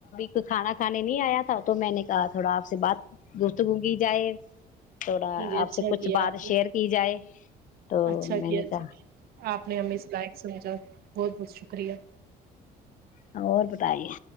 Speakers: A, on the left; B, on the right.
A: کو کھانا کھانے نہیں آیا تھا تو میں نے کیا تھوڑا آپ سے بات گفت گوں گی جائے تھوڑا
B: جی
A: آپ
B: اچھا
A: سے کچھ
B: کیا
A: بات
B: آپ نے
A: شیئر کی جائے <unintelligible>
B: اچھا
A: میں
B: کیا
A: نے کہا
B: جی آپ نے ہممی سے لائق سمجھا بہت بہت شکریہ
A: ہاں اور بتائیے